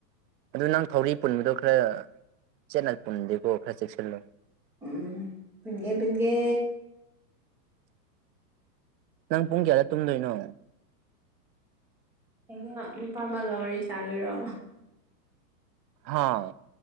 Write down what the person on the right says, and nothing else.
ꯑꯗꯨ ꯅꯪ ꯊꯧꯔꯤ ꯄꯨꯟꯕꯗꯣ ꯈꯔ ꯆꯦꯠꯅ ꯄꯨꯟꯗꯦꯀꯣ ꯈꯔ ꯆꯦꯛꯁꯤꯜꯂꯣ
ꯅꯪ ꯄꯨꯡ ꯀꯌꯥꯗ ꯇꯨꯝꯗꯣꯏꯅꯣ
ꯍꯥꯥ